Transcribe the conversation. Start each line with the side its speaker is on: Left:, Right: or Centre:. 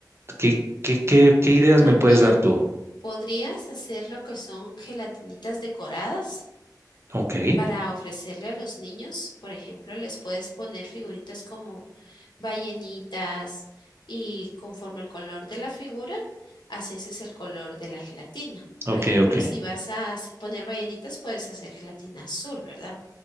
Right: ¿Qué, qué, qué, qué ideas
Left: Ah,
Right: me
Left: mira,
Right: puedes dar tú?
Left: podrías hacer lo que son gelatinitas decoradas
Right: Ok,
Left: para ofrecerle a los niños. Por ejemplo, les puedes poner figuritas como ballenitas y conforme el color de la figura, así haces el color de la gelatina.
Right: ok,
Left: Por ejemplo,
Right: ok,
Left: si vas a hacer- poner ballenitas, puedes hacer gelatina azul, ¿verdad?